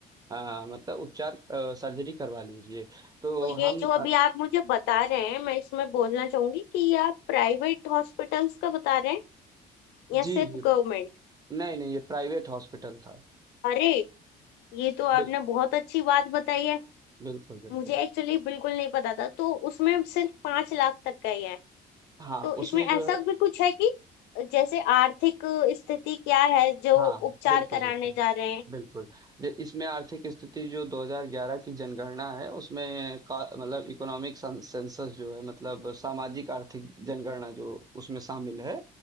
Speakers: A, on the right; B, on the left.
A: अ, मतलब उपचार अ, सर्जरी करवा लीजिए तो
B: तो ये
A: हम
B: जो अभी
A: अ,
B: आप मुझे बता रहे हैं मैं इसमें बोलना चाहूंगी कि ये आप प्राइवेट हॉस्पिटल्स का बता रहे हैं
A: जी
B: या सिर्फ
A: जी
B: गवर्नमेंट
A: नहीं नहीं ये प्राइवेट हॉस्पिटल था
B: अरे ये तो आपने
A: बिल,
B: बहुत अच्छी बात बताई है
A: बिल्कुल बिल्कुल
B: मुझे एक्चुअली बिल्कुल नहीं पता था तो उसमें सिर्फ पांच लाख तक का ही है
A: हाँ
B: तो
A: उसमें
B: इसमें ऐसा
A: जो है
B: भी कुछ है कि जैसे आर्थिक स्थिति क्या है जो
A: हाँ,
B: उपचार
A: बिल्कुल,
B: कराने
A: बिल्कुल,
B: जा रहे हैं
A: बिल्कुल। जे इसमें आर्थिक स्थिति जो 2011 की जनगणना है, उसमें का मतलब इकोनॉमिक सन सेंसस जो है मतलब सामाजिक आर्थिक जनगणना जो उसमें शामिल है,